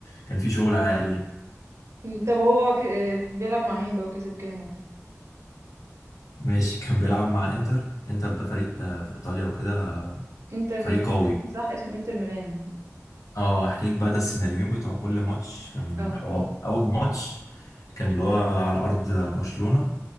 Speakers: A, on the left; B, on the right.
A: كان في شغل عالي
B: أمم، طب هو ك... آه، بيلعب مع مين بقى وكسب كام وكده
A: ماشي كان بيلعب مع انتر انتر ده فريق آه، في ايطاليا وكده
B: انتر ميلان
A: فريق قوي
B: باين صح اسمه انتر ميلان
A: اه احكي لك بقى ده السيناريوهين بتوع كل ماتش كان
B: اه
A: حوار اول ماتش كان اللي هو على ارض برشلونة